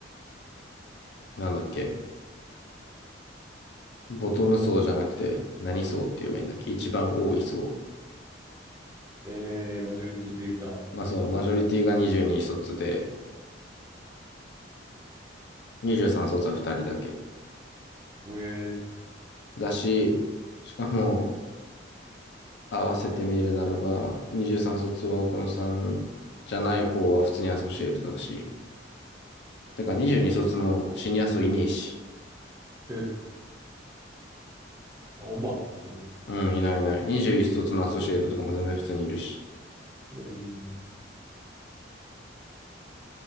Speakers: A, on the left (about 65°); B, on the right (about 20°).
A: なんだっけ、ボトム層じゃなくて、何層って言えばいいんだっけ一番多い層。
B: えー、マジョリティというか、
A: まあそう、マジョリティが22卒で、23卒は2人だけ。
B: えー、
A: だし、しかも、合わせてみるならば、23卒はこの3じゃない方は普通にアソシエイトだし、だから22卒もシニア層いねえし、
B: うんあ、ほんま。うん。
A: うん、いないいない。21卒のアソシエイトとかも全然普通にいるし。
B: うん。